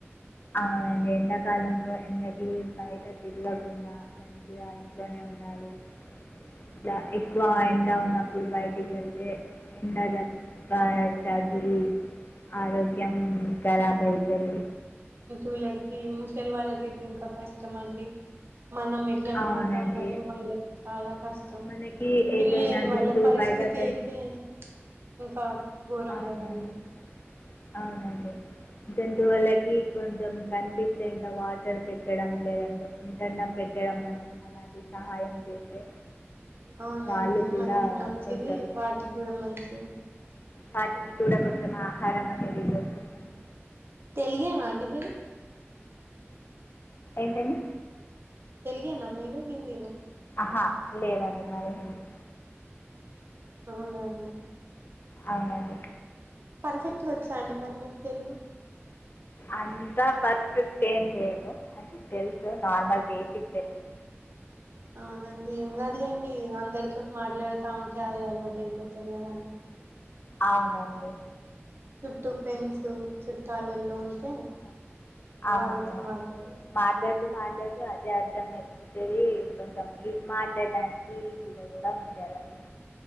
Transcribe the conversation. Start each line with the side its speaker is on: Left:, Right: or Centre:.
Left: అవునండి ఎండాకాలంలో ఎండకి బయట తిరగకుండా మంచిగా ఇంట్లోనే ఉండాలి, ఇలా ఎక్కువ
Right: అవునండి
Left: ఎండ ఉన్నప్పుడు బయటి ఎల్తే ఎండ దే బ్బ తగిలి ఆరో గ్యం కరాబ్ అయితది.
Right: వులకి ముసలి వాళ్ళకైతే ఇంకా కష్టం అండి. మనం ఎట్లనో
Left: అవునండి
Right: ఉంటాం కాని, వాళ్ళకి చాలా కష్టం
Left: మనకి ఏదైనా
Right: ఇళ్ళు లేని వాళ్ళ
Left: జంతువు
Right: పరిస్థితి
Left: బయట క-
Right: అయితే ఇంకా ఘోరం
Left: అవునండి.
Right: కదండి.
Left: అవునండి జంతువులకి కొంచెం కనిపిస్తే ఇంకా వాటర్ పెట్టడం, లేదంటే ఫుడన్న పెట్టడం, మనం అలాంటి సహాయం చేస్తే
Right: అవునండి
Left: వాళ్ళు కూడా
Right: మనకి మంచిదీ,
Left: కొంచెం
Right: వాటికి కూడా మంచిది.
Left: వాటికి కూడా కొంచం ఆహారం అనేది దొరుకుతుంది.
Right: తెలిగేనా అండి మీది.
Left: ఏంటండి.
Right: తెలుగేనా మీరు, హిందీనా.
Left: హా లేదండి మాది హిందీ.
Right: అవునా అండి.
Left: అవునండీ.
Right: ఫర్ఫెక్ట్ గా వచ్చా అండి మరి మీకు తెలుగు.
Left: అంతా ఫర్ఫెక్ట్ ఏం లేదు, అంటే తెలుసు నార్మల్ బేసిక్ తెలుగు.
Right: అవునండి ఏం కాదులేండి, అందరితోని మాట్లాడుతా ఉంటే అదే అలవాటు అయిపోతది కదా అండి.
Left: అవునండి.
Right: చుట్టూ ఫ్రెండ్సు, చుట్టాలలో ఉంటే
Left: ఆ! అవును
Right: వాళ్ళతో
Left: అవును
Right: మాట్లాడు
Left: మాట్లాడుతూ మాట్లాడుతూ అదే అ ఇష్టం అయిపోతదీ కొంచెం ఇ మాట్లాడడానికి ఈజీగా కూడా ఉంటదండి.